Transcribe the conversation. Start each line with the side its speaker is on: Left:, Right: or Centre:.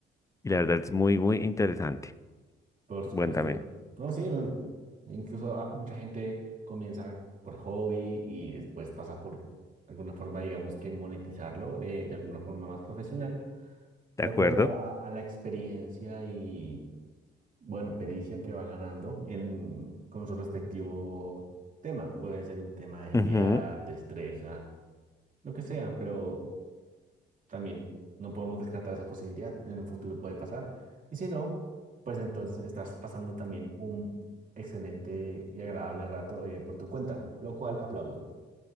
Left: y la verdad es muy, muy interesante.
Right: por supuesto.
Left: Bueno, también,
Right: No, sí, no. Incluso ah, mucha gente comienza por hobby y después pasa por alguna forma, digamos que monetizarlo de, de alguna forma más profesional,
Left: ¿de
Right: de
Left: acuerdo?
Right: acuerdo a, a- a la experiencia y, bueno, pericia que va ganando en, con su respectivo tema. Puede ser un tema de agilidad,
Left: Ujú,
Right: destreza, lo que sea, pero también no podemos descartar esa posibilidad. En el futuro puede pasar. Y si no, pues entonces estás pasando también un excelente y agradable rato eh, por tu cuenta, lo cual aplaudo.